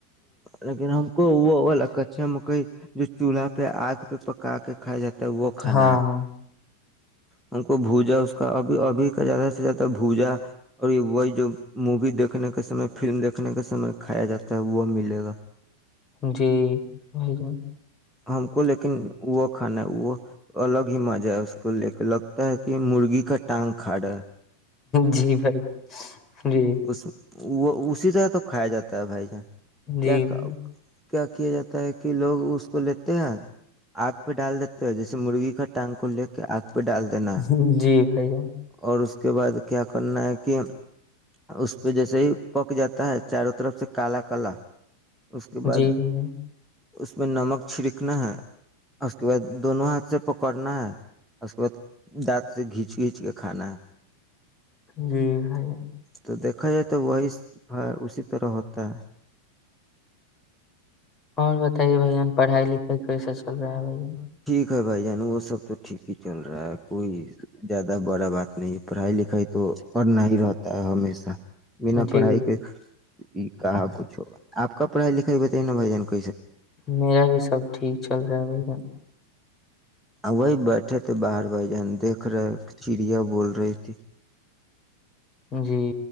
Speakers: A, in the centre; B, on the left.
A: لیکن ہم کو وہ کچھا مکئی جو چولہا پہ آگ پہ پکا کے کھائے جاتا توخانا
B: ہاں
A: ہم کو بھوجا اس کا ابھی ابھی کا زیادہ سے زیادہ بوجا اور وہی جو مووی دیکھنے کے سمے فلم دیکھنے کے سمے کھایا جاتا ہے وہ ملے گا
B: جی بھائی جان
A: ہم کو لیکن وہ کھانا ہے وہ الگ ہی مزہ ہے اس ے لگتا ہے کہ مرغی کا ٹانگ کھاڑا ہے
B: جی بھائی جی
A: اس وہ اسی طرح تو کھایا جاتا ہے بھائی جان
B: جی
A: کیا
B: بھ
A: کیا کیا جاتا ہے کہ لوگ اس کو لیتے ہیں آگ پہ ڈال دیتے ہیں جیسے مرغی کا ٹانگ کو لے کے آگ پہ ڈال دینا
B: جان جی بھائی جان
A: اور اس اس کے بد کیا کرنا ہے کہ اس پہ جیسے ہی پک جاتا ہے چاروں طرف سے کالا کالا اس کے بعد
B: جی بھیا
A: اس میں نمک چھڑکنا ہے اس کے بعد دونوں ہاتھ سے پکڑنا ہے اس کے بعد دانت سے گھیچ گھینچ کے کھانا ہے
B: جی سی
A: تو دیکھا جائے تو وہ اسی طرح ہوتا ہے
B: اور بتائیے بین پڑھائی لکھائی کیسے چ چل رہا ہے بھ یہ
A: د بھائی جان وہ سب تو ٹھیک ہی چل رہا ہے کوئی زیادہ بڑا بات نہیں پڑھائی لکھائی تو کرنا ہی رہتا ہے ہمیشہ بنا
B: جی
A: پڑھائی کے یہ کہا کچھ ہوا آپ کاب پڑھائی لکھائی بتائی نا بھ جن کو
B: میرا بھی سب ٹھیک چل رہا ہے بھائی جن
A: وہی بیٹھے تھے باہر بائی جان دھ رہے چڑیا بول رہی تھی
B: جی